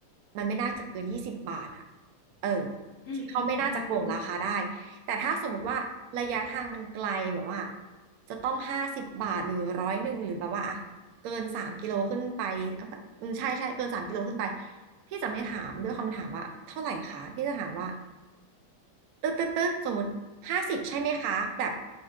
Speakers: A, on the right; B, on the left.
A: มันไม่น่าจะเกินยี่สิบบาทอ่ะเออ
B: อืมอืมอืมอืมอืม
A: ที่เขาไม่น่าจะโกงราคาได้แต่ถ้าสมมติว่าระยะทางมันไกลแบบว่าจะต้องห้าสิบบาทหรือร้อยหนึ่งหรือแบบว่าอ่ะเกินสามกิโลขึ้นไปอ่ะอืมใช่ใช่เกินสามกิโลขึ้นไปพี่จะไม่ถามด้วยคำถามว่าเท่าไหร่คะพี่จะถามว่า ตึ๊ดตึ๊ดตึ๊ดสมมติห้าสิบใช่ไหมคะแบบ